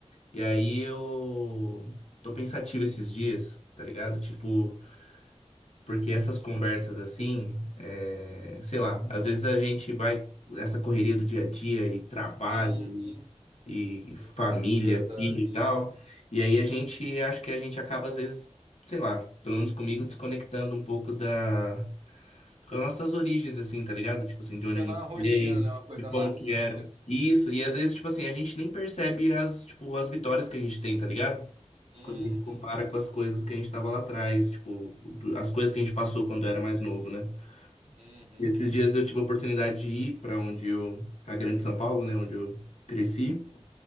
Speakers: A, on the left; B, on the right.
A: E aí eu tô pensativo esses dias, tá ligado? Tipo, porque essas conversas assim, é... sei lá, às vezes a gente vai, essa correria do dia a dia e trabalho.
B: uhum.
A: e família,
B: Verdade.
A: filho e tal. E aí a gente, acho que a gente acaba às vezes, sei lá, pelo menos comigo, desconectando um pouco da, das nossas origens, assim, tá ligado? Tipo assim, de
B: Fica
A: onde a gente
B: na rotina,
A: veio,
B: né? Uma coisa
A: de como
B: maçante
A: que eram.
B: assim.
A: Isso, e às vezes, tipo assim, a gente nem percebe as, tipo, as vitórias que a gente tem, tá ligado?
B: Uhum,
A: Quando a gente compara com as coisas que a gente tava lá atrás, tipo, o- as coisas que a gente passou quando era mais novo, né?
B: uhum,
A: Esses dias eu tive a oportunidade de ir pra onde eu, a Grande São Paulo, né, onde eu cresci.